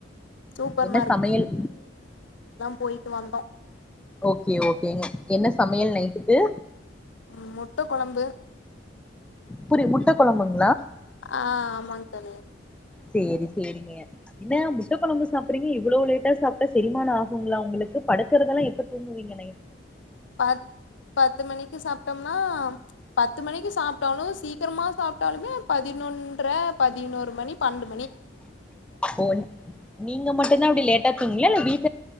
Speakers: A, on the left; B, in the centre.
A: சூப்பர்
B: என்ன சமையல்
A: போய்ட்டு வந்தோம்
B: ஓகே ஓகேங்க என்ன சமையல் நைட்டு
A: உம் முட்டை குழம்பு
B: புரி முட்டை குழம்புங்க
A: ஆஹ் ஆமாங்க சரி
B: சேரி சேரிங்க என்ன முட்டை குழம்பு சாப்பிறீங்க இ்வளோ லேட்டா சாப்பிட்டா செரிமானம் ஆகுகங்களா உங்களுக்கு படுக்கறதெல்லாம் எப்ப தூங்குவீங்கே
A: பத் பத்து மணிக்கு சாப்பிட்டோம்னா பத்து மணிக்கு சாப்பிட்டோனும் சீக்கிரமா சாப்பிட்டாலுமே பதினொன்ற பதினோரு மணி பன்ன
B: ஓ நீங்க மட்டும் தான் அப்படி லேட்டா ட்டா தூங்குவீங்களா இல்லை வீட்